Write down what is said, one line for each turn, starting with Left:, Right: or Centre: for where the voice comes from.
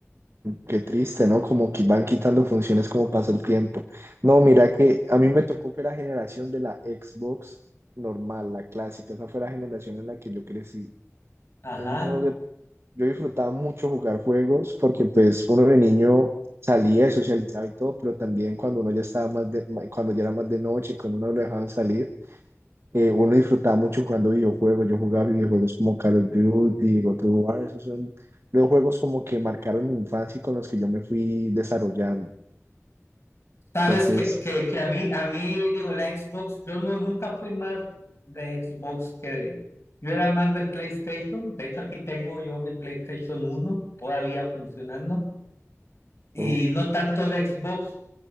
Right: qué triste, ¿no? Como que van quitando funciones como pasa el tiempo. No, mira que a mí me tocó fue la generación de la Xbox normal, la clásica, esa fue la generación en la que yo crecí.
Left: Ajá.
Right: Uno de yo disfrutaba mucho jugar juegos porque pues uno de niño salía y socializaba y todo, pero también cuando uno ya estaba más de, ma- cuando ya era más de noche, cuando uno lo dejaban salir, eh, uno disfrutaba mucho jugando videojuegos. Yo jugaba videojuegos como Call of Duty, God of War, esos son los juegos como que marcaron mi infancia y con los que yo me fui desarrollando.
Left: Sabes
Right: Entonces,
Left: que, que, que a mí, a mí, digo, la Xbox, yo no, nunca fui más de Xbox que de, yo era más de PlayStation. De hecho, aquí tengo yo mi PlayStation uno todavía funcionando. Y
Right: uf,
Left: no tanto de Xbox,